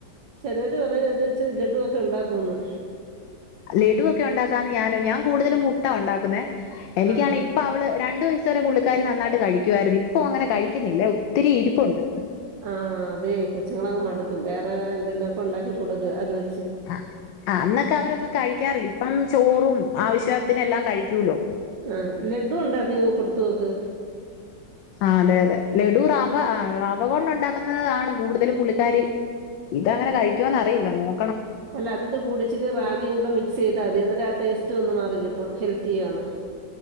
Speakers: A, on the right; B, on the left.
A: ചെലര് പറയും അത് വച്ച് ലഡു ഒക്കെ ഒണ്ടാക്കുന്ന്.
B: ലഡുവൊക്കെ ഉണ്ടാക്കാന്ന് ഞാന് ഞാൻ കൂടുതലും പുട്ടാ ഒണ്ടാക്കുന്നെ. എനിക്കാണെ
A: ആഹാ
B: ഇപ്പ അവള് രണ്ട് വയ സ്സ് വരെ പുള്ളിക്കാരി നന്നായിട്ട് കഴിക്കുവായിരുന്നു, ഇപ്പോ അങ്ങനെ കഴിക്കുന്നില്ല, ഒത്തിരി ഇരിപ്പുണ്ട്.
A: ആഹ് അതെ കൊച്ചങ്ങളങ്ങ് മടുക്കും വേറെ വേറെ എന്തേലൊക്കെ ഒണ്ടാക്കി കൊടുക്ക് അത് വെ
B: ആ ആഹ് അന്നൊക്കെ അവരൊന്നും കഴിക്കാറില്ല, ഇപ്പം ചോറും ആവശ്യത്തിനെല്ലാം കഴിക്കൂലോ.
A: ആഹ് ലഡു ഉണ്ടാക്കി കൊടുത്തു നോക്ക്
B: ആഹ് അതെ അതെ ലഡു റവ ആ റവ കൊണ്ട് ഒണ്ടാക്കുന്നതാണ് കൂടുതലും പുള്ളിക്കാരി ഇതങ്ങനെ കഴിക്കുവോന്ന് അറിയില്ല നോക്കണം.
A: അല്ല അതിന്റെ കൂടെ ഇച്ചിരി റാഗിയും കൂടെ മിക്സ് ചെയ്താതി അന്നേരം ആ ടേസ്റ്റ് ഒന്ന് മാറി കിട്ടും ഹെൽത്തി ആണ്.